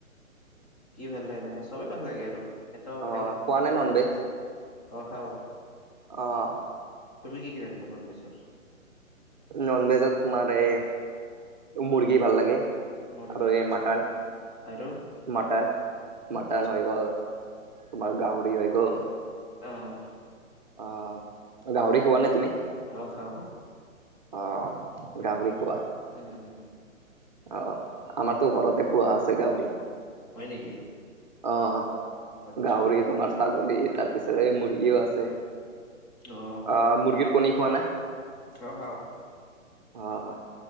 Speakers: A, on the left; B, on the right.
A: কি ভাল লাগে মানে চবেই ভাল লাগে আৰু এটাও
B: অ
A: মানে
B: খোৱা
A: এনেকুৱা
B: নে নন
A: ভাল,
B: ভেজ
A: অহ, খাওঁ।
B: অহ।
A: তুমি কি কি ভাল পোৱা ননভেজৰ?
B: ননভেজত তোমাৰ এ মুৰ্গী ভাল লাগে।
A: মুৰ্গী
B: আৰু এই
A: আচ্ছা
B: মাটন,
A: আৰু
B: মটন,
A: অ
B: মটন
A: আচ্ছা
B: হৈ গ'ল। তোমাৰ গাহৰি হৈ গ'ল।
A: অহ।
B: অহ, গাহৰি খোৱানে তুমি?
A: অহ, খাওঁ খাওঁ।
B: অহ,
A: উম
B: গাহৰি খোৱা
A: উম উম
B: অহ। আমাৰতো
A: অ
B: ঘৰতে পুৱা আছে গাহৰি।
A: হয় নেকি
B: অহ,
A: আচ্ছা
B: গাহৰিত তোমাৰ ছাগলী তাৰপিছত এই মুৰ্গীও আছে।
A: অহ।
B: অহ, মুৰ্গীৰ কণী খোৱানে?
A: অহ, খাওঁ।
B: অহ,